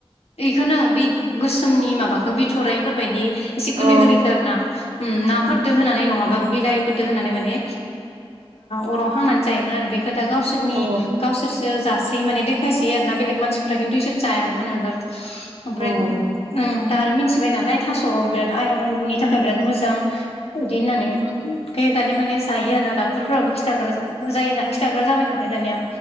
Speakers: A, on the left (about 85°); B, on the right (about 80°).
A: बेखौनो बे गोसोमनि माबाखौ बिथराइफोरबायदि एसे गोरलै
B: अ
A: गोरलैखो आरो ना
B: उम
A: नाफोरदो
B: उम
A: होनानै नङाबा बिलाइ दो होननानै माने अराव हांनानै जायोमोन आरो दा गावसोरनि
B: अ
A: गावसोरसो जा सोयो माने देखायसै आरो ना बेलेग मानसिफ्रा खिन्थु इसोर जायानोमोन आागोन ओमफ्राय
B: अ उम
A: दा आरो मिथिबाय नालाय थास'आव बिराद आइरननि थाखाय बिराद मोजां बिदि होननानै
B: उम
A: बे दानिया माने जायो आरो ना ड'क्टरफोरावाबो खिथाग्रा जायो ना खिथाग्रा जाबाय नालाय दानिया